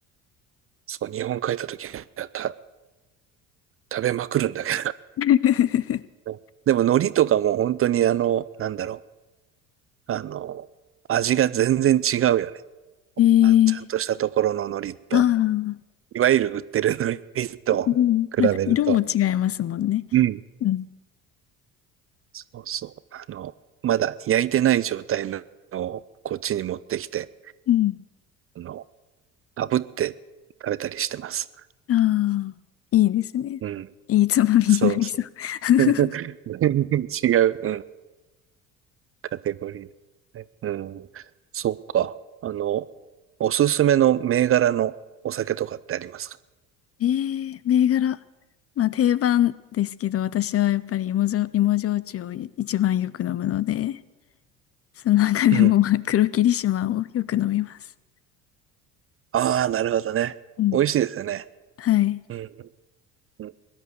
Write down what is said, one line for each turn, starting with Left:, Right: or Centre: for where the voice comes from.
Right: そう、日本帰った時はた食べまくるんだけ
Left: え <laughs>
Right: ど。<laughs> でも海苔とかも本当にあの、なんだろう、あの、味が全然違うよね。
Left: えー
Right: あの、ちゃんとしたところの海苔と、
Left: ああ
Right: いわゆる売ってる海苔と
Left: うん。
Right: <laughs> 比べると。
Left: なんか色も違いますもんね。
Right: うん。
Left: うん。
Right: そうそう。あの、まだ焼いてない状態のをこっちに持ってきて、
Left: うん。
Right: あの、炙って食べたりしてます。
Left: ああ、いいですね。
Right: うん。
Left: いいつまみになりそう。
Right: そうそう。
Left: <laughs>
Right: <laughs> 全然違う。うん。カテゴリーだね。うん。そっか。あの、おすすめの銘柄のお酒とかってありますか
Left: ええ銘柄。まあ定番ですけど、私はやっぱり芋焼、芋焼酎を一番よく飲むので、その中でもまあ黒霧島をよく飲みます。
Right: うん。ああ、なるほどね。
Left: うん。
Right: 美味しいですよね。
Left: はい。
Right: うん。うん。